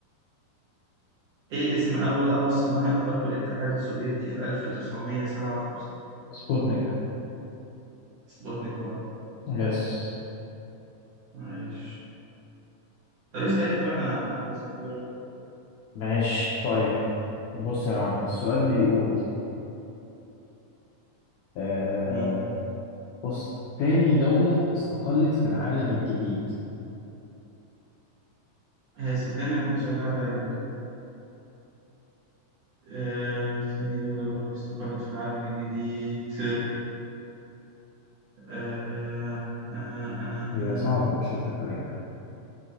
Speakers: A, on the right; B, on the left.
A: إيه اسم أول قمر صناعي أطلقه الاتحاد السوفيتي في 1957؟
B: سبوتنيك
A: سبوتنيك 1
B: يس
A: معلش طب اسأل أنت بقى أنا أنا هقعد أسأل كده لوحدي ولا إيه؟
B: ماشي طيب بص يا معلم السؤال بيقول آه
A: مم.
B: بص تاني دولة استقلت في العالم الجديد
A: آه، صدقني أنا السؤال ده عدى عليه قبل كده آه، ثاني دولة يا رب استقلت في العالم الجديد آه آه آه
B: هي
A: آه.
B: صعبة مش هضحك عليك